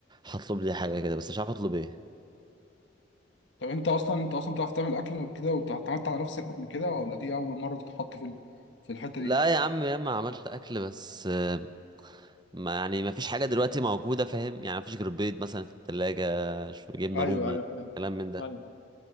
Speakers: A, on the right (about 25°); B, on the left (about 70°).
A: هطلب لي حاجه كده بس مش عارف اطلب ايه
B: طب انت اصلا انت اصلا بتعرف تعمل اكل وكده واتعملت على نفسك قبل كده ولا دي اول مره تتحط في ال- في الحته
A: لا
B: دي
A: يا عم ياما عملت اكل بس آه، ما يعني مفيش حاجه دلوقتي موجوده فاهم يعني مفيش غير بيض مثلا في التلاجة شو جبنه
B: ايوه
A: رومي
B: ايوه فاهم
A: كلام من ده
B: ايوه